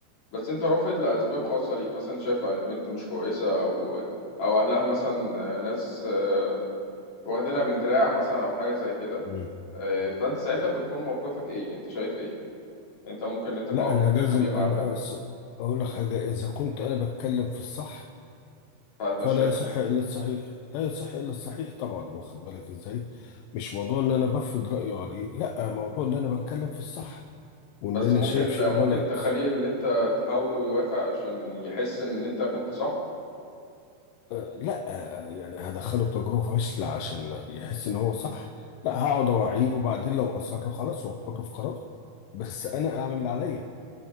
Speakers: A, on the left; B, on the left.
A: بس انت رافض لاسباب خاصه ليك مثلا شايف ان البنت مش كويسه او او اهلها مثلا آه، ناس آه واخدينها بالدراع مثلا او حاجه زي كده
B: مم.
A: آه فانت ساعتها بتكون موقفك ايه انت شايف ايه انت ممكن انت
B: لا
A: كأب
B: انا لازم
A: تعمل ايه مع
B: انا
A: ابنك
B: أس- اقول لك حاجة اذا كنت انا بتكلم في الصح
A: هتمشيها
B: فلا يصح الا الصحيح لا يصح الا الصحيح طبعا واخد بالك ازاي؟ مش موضوع ان انا بفرض رأيي عليه لا موضوع ان انا بتكلم في الصح وان
A: بس
B: انا
A: ممكن
B: شايف شيء
A: ممكن
B: غلط
A: تخليه اللي انت تهاوده ويوافق عشان يحس ان انت كنت صح
B: آه، لا آه، يعني هدخله تجربة فاشلة عشان يحس ان هو صح لا هقعد اوعيه وبعدين لو اصر خلاص واحطه في قرار بس انا اعمل اللي عليا